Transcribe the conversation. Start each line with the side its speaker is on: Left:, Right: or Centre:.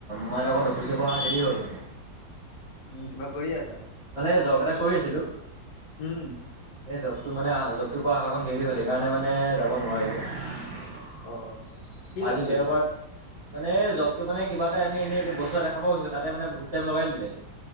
Right: মই অকণ অফিচৰ পৰা অহা দেৰি হ'ল মানে।
Left: উম, কিবা কৰি আছা?
Right: মানে জব এটা কৰি আছিলোঁ।
Left: উম
Right: এই জবটো মানে আ-জবটো পৰা অহা অকণ দেৰি হ'ল সেইকাৰণে মানে যাব নোৱাৰিলোঁ।
Left: অ কি কাম
Right: আজি
Left: কৰি
Right: দেওবাৰ।
Left: আছা
Right: মানে এ, জবতো মানে কিবা এনে এনে বস্তু এটা দেখাব গৈছিলোঁ তাতে মানে বহুত টাইম লগাই দিলে।